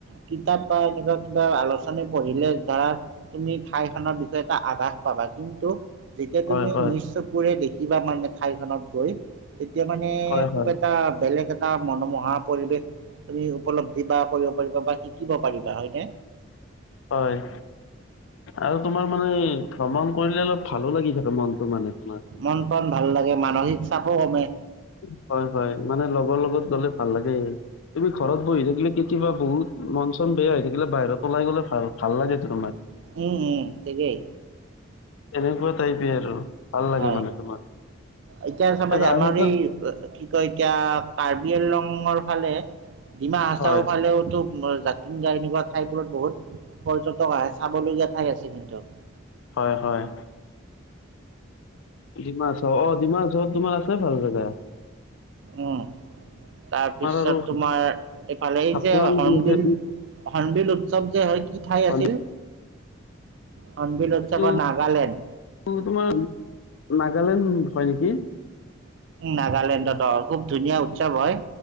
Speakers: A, on the right; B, on the left.
A: কিতাপ বা এনেকুৱা কিবা আলোচনী পঢ়িলে ধৰা। তুমি ঠাইখনৰ বিষয়ে এটা আভাস পাবা কিন্তু যেতিয়া
B: হয়
A: তুমি
B: হয়
A: নিজ চকুৰে দেখি। কিবা মানে ঠাইখনত গৈ তেতিয়া মানে
B: হয়
A: খুব
B: হয়
A: এটা বেলেগ। এটা মনোমোহা পৰিৱেশ। তুমি উপলব্ধি বা কৰিব পাৰিবা বা শিকিব পাৰিবা হয়নে।
B: হয়। আৰু তোমাৰ মানে ভ্ৰমণ কৰিলে অলপ ভালো লাগি থাকাকে মনতটো মানে। তোমাৰ
A: মন প্ৰণ ভাল লাগে মানসিক চাপো কমে।
B: উম। হয় হয় মানে লগৰ লগত গ'লে ভাল লাগে তুমি ঘৰত বহি থাকিলে কেতিয়াবা বহুত মঞ্চ। বেয়া হৈ থাকিলে বাহিৰত লাই গলে ভাল ভাল লাগে তোমাক।
A: উম উম তোকাই।
B: এনেকুৱা টাইপে আৰু ভাল লাগে
A: হয়
B: মানে তোমাৰ
A: এতিয়া চ
B: এ
A: মানে
B: যা
A: আমাৰ
B: সেইখন
A: এই কি কয় এতিয়া কাৰ্বি আল ৰঙৰ ফালে ডমাহ হচাও
B: হয়
A: ফালেওতো জাতিংগা এনেকুৱা ঠাইবোৰত বহুত পৰ্যটক আহে চাবলগীয়া ঠাই আছে কিন্তু
B: হয় হয় দিমছ হ অ দিমাছ হ তোমাৰ আছে ভাল চাগায়
A: উম তাৰপিছত
B: আৰু
A: তোমাৰ এইফালে
B: হাফলং
A: যে হৰ্ণবিল
B: যি আছে ই
A: হনবিল উৎসৱ যে হৰ কি ঠাই
B: হয়।
A: আছিল হৰ্ণবিল উৎসৱত
B: এইটো
A: নাগালেণ্ড
B: তোমাৰ নাগালেণ্ড হয় নেকি
A: নাগালেণ্ডত অ খুব ধুনীয়া উৎসৱ হয়